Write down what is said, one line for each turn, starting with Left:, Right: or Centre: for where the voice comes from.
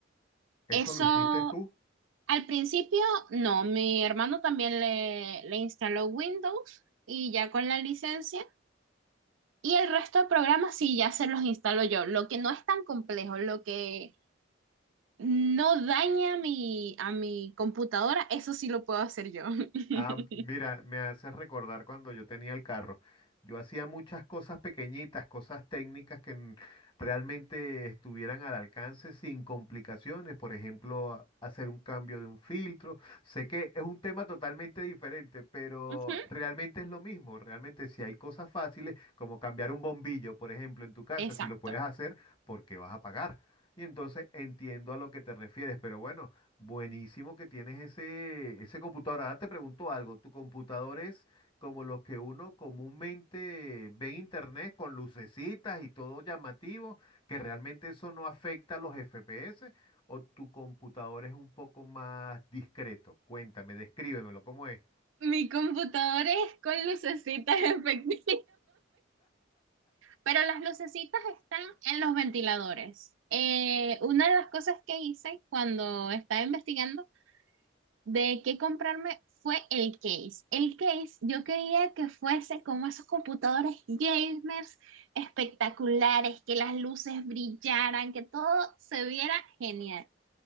Left: ¿Eso
Right: Eso
Left: lo hiciste tú?
Right: al principio no, mi hermano también le, le instaló Windows y ya con la licencia Y el resto de programas sí, ya se los instalo yo. Lo que no es tan complejo, lo que no daña a mi, a mi computadora, eso sí lo puedo hacer yo. <laughs>
Left: Ah, mira, me hace recordar cuando yo tenía el carro. Yo hacía muchas cosas pequeñitas, cosas técnicas que n- realmente estuvieran al alcance sin complicaciones. Por ejemplo, hacer un cambio de un filtro. Sé que es un tema totalmente diferente, pero
Right: Ujú,
Left: realmente es lo mismo. Realmente si hay cosas fáciles, como cambiar un bombillo, por ejemplo, en tu casa,
Right: Exacto.
Left: si lo puedes hacer, ¿por qué vas a pagar? Y entonces entiendo a lo que te refieres, pero bueno. Buenísimo que tienes ese, ese computador. Ahora te pregunto algo. ¿Tu computador es como los que uno comúnmente ve en internet con lucecitas y todo llamativo, que realmente eso no afecta los FPS? ¿O tu computador es un poco más discreto? Cuéntame, descríbemelo, ¿cómo es?
Right: Mi computadora es con lucecitas, <laughs> efectivamente. Pero las lucecitas están en los ventiladores. Eh, una de las cosas que hice cuando estaba investigando de qué comprarme fue el case. El case yo quería que fuese como esos computadores gamers espectaculares, que las luces brillaran, que todo se viera genial.